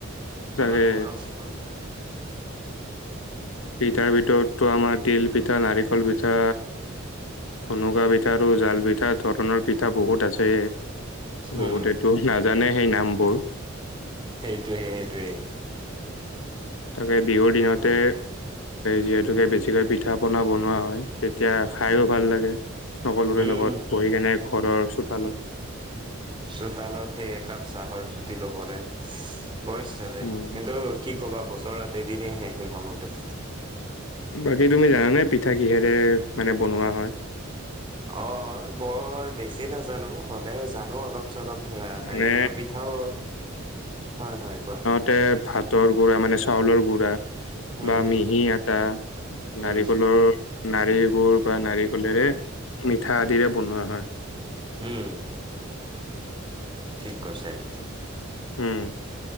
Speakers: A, on the left; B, on the right.
A: তাকে
B: আমাৰ গৌৰব <inaudible>
A: পিঠাৰ ভিতৰততো আমাৰ তিল পিঠা, নাৰিকল পি পিঠা, ধুনুকা পিঠা আৰু জাল পিঠা ধৰণৰ পিঠা বহুত আছে। বহুতেতো
B: উম,
A: নাজানে সেই নামবোৰ।
B: সেইটোৱে সেইটোৱে।
A: তাকে বিহুৰ দিনতে যিহেতুকে বেছিকৈ পিঠা পনা বনোৱা হয়, তেতিয়া খাইও ভাল লাগে। সকলোৰে
B: উম,
A: লগত বহি কেনে ঘৰৰ চোতালত।
B: চোতালত সেই একাপ চাহৰ জুতি লবলৈ বৰ ইচ্ছা যায়
A: উম,
B: কিন্তু কি ক'বা বছৰত এটা দিনে আহে সেই সময়টো।
A: বাকী তুমি জানানে পিঠা কিহেৰে মানে বনোৱা হয়?
B: অ', অ' বৰ বেছি নাজানো, হ'লেও জানো অলপ। চলপ ধৰা
A: মানে
B: নাৰিকলৰ পিঠাও। হয়, হয়, কোৱা।
A: তে ভাতৰ গুড়া মানে চাউলৰ গুড়া।
B: উম,
A: বা
B: হম,
A: মিহি আটা,
B: উম,
A: নাৰিকলৰ নাৰিকুৰ বা নাৰিকলেৰে মিঠা আদিৰে বনোৱা হয়।
B: উম। ঠিক কৈছা এইটো।
A: উম,